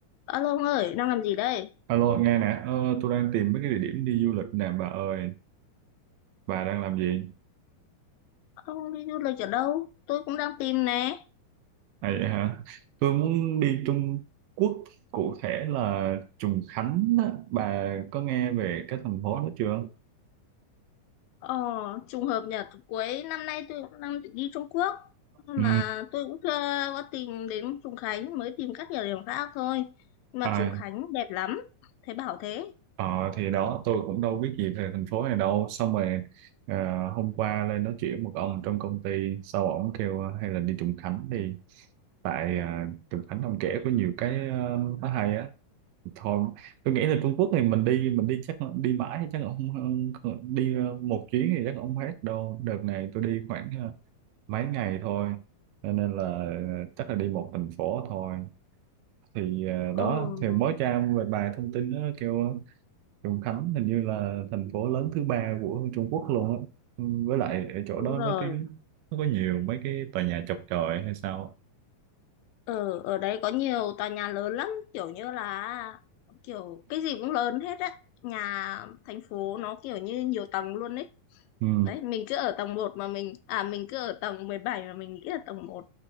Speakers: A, on the left (about 80°); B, on the right (about 80°).
A: Alo ông ơi, đang làm gì đây?
B: Alo, nghe nè, ờ, tôi đang tìm mấy cái địa điểm đi du lịch nè, bà ơi, bà đang làm gì?
A: Ông đi du lịch ở đâu? Tôi cũng đang tìm nè.
B: À, vậy hả? Tôi muốn đi Trung Quốc, cụ thể là Trùng Khánh á. Bà có nghe về cái thành phố đó chưa?
A: Ờ, trùng hợp nhờ cuối năm nay tôi cũng đang định đi Trung Quốc. Nhưng
B: Ừ,
A: Mà tôi cũng chưa có tìm đến Trùng Khánh, mới tìm các địa điểm khác thôi. Nhưng mà
B: à,
A: Trùng Khánh đẹp lắm, thấy bảo thế.
B: ờ, thì đó, tôi cũng đâu biết gì về thành phố này đâu. Xong rồi ờ, hôm qua lên nói chuyện một ông trong công ty, sau ổng kêu ờ, hay là đi Trùng Khánh đi. Tại ờ, Trùng Khánh ông kể có nhiều cái ờ, nó hay á, thôi tôi nghĩ là Trung Quốc thì mình đi mình đi chắc đi mãi thì chắc không không- đi ờ, một chuyến thì chắc không hết đâu đợt này tôi đi khoảng ờ, mấy ngày thôi cho nên là ờ, chắc là đi một thành phố thôi thì ờ, đó
A: Ừ,
B: thì mới tra về bài thông tin đó, nó kêu ờ, Trùng Khánh hình như là thành phố lớn thứ ba của Trung Quốc luôn á Ừ, với lại ở chỗ
A: đúng
B: đó
A: rồi.
B: nó cái nó có nhiều mấy cái tòa nhà chọc chọi hay sao á.
A: ở ở đấy có nhiều tòa nhà lớn lắm, kiểu như là kiểu cái gì cũng lớn hết á. Nhà thành phố nó kiểu như nhiều tầng luôn ấy.
B: ừ
A: đấy mình cứ ở tầng một mà mình à mình cứ ở tầng 17 mà mình nghĩ là tầng một